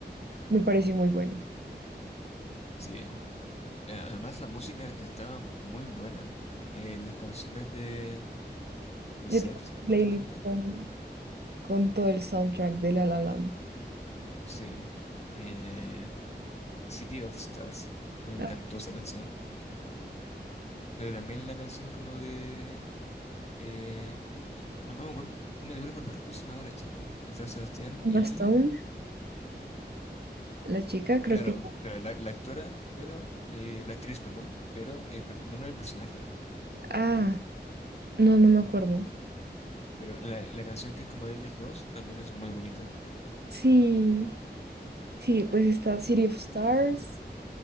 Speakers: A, on the right; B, on the left.
A: me pareció muy bueno.
B: Sí. Eh, Además, la música estaba muy buena. Eh, las canciones de, de
A: Yo
B: Seps,
A: tengo una
B: justamente,
A: playlist con, con todo el soundtrack de La La Land.
B: sí. Eh, City of Stars, me encantó
A: Ah,
B: esa canción, pero también la canción como de... eh, no, no me acuerdo, no me logro recordar cómo se llamaba la chica, estaba Sebastián
A: Emma
B: y...
A: Stone, la chica, creo
B: Claro,
A: que.
B: claro, la, la actora, pero... eh, la actriz, perdón, pero el per- nombre del personaje.
A: Ah, No, no me acuerdo.
B: Pero la, la canción que es como de ellos dos también es muy bonita.
A: Sí, Sí, pues está City of Stars,